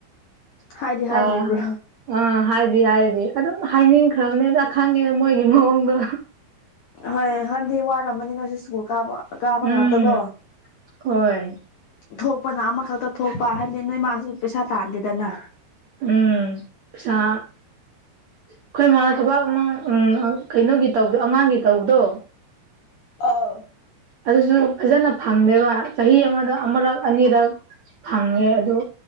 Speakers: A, on the left; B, on the right.
A: ꯍꯥꯏꯗꯤ
B: ꯇꯥ
A: ꯍꯥꯏꯗ꯭ꯔꯤꯕ꯭ꯔꯣ
B: ꯑꯥ ꯍꯥꯏꯗꯤ ꯍꯥꯏꯗꯦ ꯑꯗꯨꯝ ꯍꯥꯏꯅꯤꯡꯈ꯭ꯔꯕꯅꯤꯗ ꯈꯪꯉꯦ ꯃꯣꯏꯒꯤ ꯃꯑꯣꯡꯗꯣ꯫
A: ꯍꯣꯏ ꯍꯥꯟꯗꯤ ꯋꯥꯔꯝꯝꯕꯅꯤꯅ ꯍꯧꯖꯤꯛ ꯁ꯭ꯀꯨꯜ ꯀꯥꯕ꯫ ꯀꯥꯕ
B: ꯎꯝ
A: ꯉꯥꯛꯇꯀꯣ
B: ꯍꯣꯏ
A: ꯊꯣꯛꯄꯅ ꯑꯃꯈꯛꯇ ꯊꯣꯛꯄ ꯍꯥꯏꯕꯗꯤ ꯅꯣꯏ ꯃꯥꯁꯨ ꯄꯩꯁꯥ ꯇꯥꯟꯗꯦꯗꯅ꯫
B: ꯎꯝ ꯄꯩꯁꯥ ꯑꯩꯈꯣꯏ ꯃꯥꯅ ꯊꯕꯛ ꯑꯃ ꯎꯝ ꯑ ꯀꯩꯅꯣꯒꯤ ꯇꯧꯕꯗꯣ ꯑꯉꯥꯡꯒꯤ ꯇꯧꯕꯗꯣ
A: ꯑꯧ
B: ꯑꯗꯨꯁꯨ ꯐꯖꯅ ꯐꯪꯗꯦꯕ ꯆꯍꯤ ꯑꯃꯗ ꯑꯃꯨꯔꯛ ꯑꯅꯤꯔꯛ ꯐꯪꯉꯦ ꯑꯗꯨ